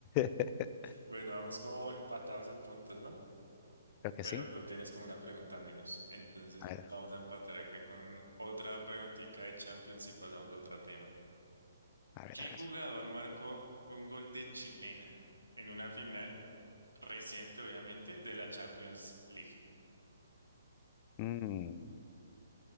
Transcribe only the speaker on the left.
<laughs>
Creo que
sí.
A ver,
a ver,
a
ver.
Mm.